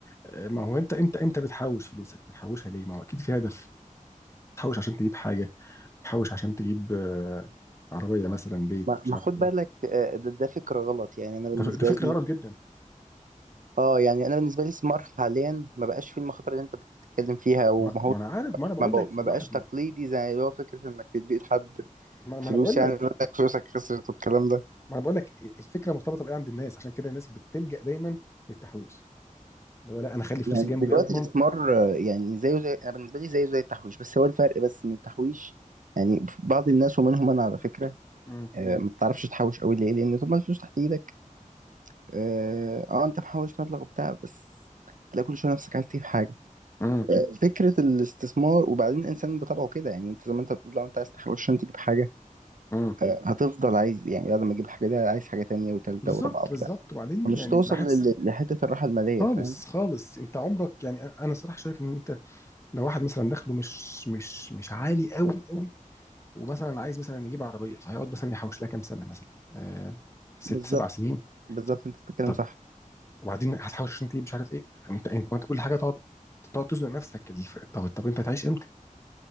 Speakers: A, on the left; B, on the right.
A: آه، ما هو انت انت انت بتحوش فلوسك بتحوشها ليه؟ ما هو اكيد في هدف بتحوش عشان تجيب حاجه بتحوش عشان تجيب آه عربيه مثلا بيت
B: ما
A: مش
B: ما
A: عارف
B: خد
A: ايه
B: بالك آه، ده, ده فكرة غلط يعني أنا بالنسبة
A: ده ف- ده فكره
B: لي
A: غلط جدا
B: اه يعني انا بالنسبه لي سمار حاليا ما بقاش فيه المخاطر اللي انت بتتكلم فيها وما
A: ما ما
B: هو
A: انا عارف ما انا بقول
B: ما, بق-
A: لك
B: ما
A: الواحد
B: بقاش تقليدي زي اللي هو فكره انك تدي لحد
A: ما ما
B: فلوس
A: انا بقول
B: يعني
A: لك
B: يقول لك فلوسك خسرت والكلام ده
A: ما انا بقول لك الفكره مرتبطه بايه عند الناس عشان كده الناس بتلجأ دايما للتحويش اللي هو لا انا اخلي فلوسي
B: يعني
A: جنبي
B: دلوقتي
A: اضمن
B: الستثمار آه، يعني زيه زي انا بالنسبه لي زيه زي التحويش بس هو الفرق بس ان التحويش يعني بعض الناس ومنهم انا على فكره
A: امم
B: آه، ما بتعرفش تحوش قوي ليه لان طول ما الفلوس تحت ايدك اه آه، انت محوش مبلغ وبتاع بس تلاقي كل شويه نفسك عايز تجيب حاجه
A: امم
B: فكرة الاستثمار وبعدين الإنسان بطبعه كده يعني أنت زي ما أنت بتقول لو أنت عايز تحوش عشان تجيب حاجة
A: امم
B: هتفضل عايز يعني بعد ما تجيب حاجة ده عايز حاجة تانية وتالتة
A: بالظبط
B: ورابعة وبتاع
A: بالظبط وبعدين
B: مش
A: يعني
B: توصل
A: بحس
B: لل- لحتة الراحة المالية
A: خالص
B: فاهم
A: خالص انت عمرك يعني أ- انا صراحه شايف ان انت لو واحد مثلا دخله مش مش مش عالي قوي قوي ومثلا عايز مثلا يجيب عربيه فهيقعد مثلا يحوش لها كام سنه مثلا آه ست
B: بالظبط
A: سبع سنين
B: بالظبط أنت بتتكلم
A: طب
B: صح
A: وبعدين هتحوش عشان تجيب مش عارف ايه انت انت, انت كل حاجه تقعد تقعد تزنق نفسك الف- طب طب انت هتعيش امتى؟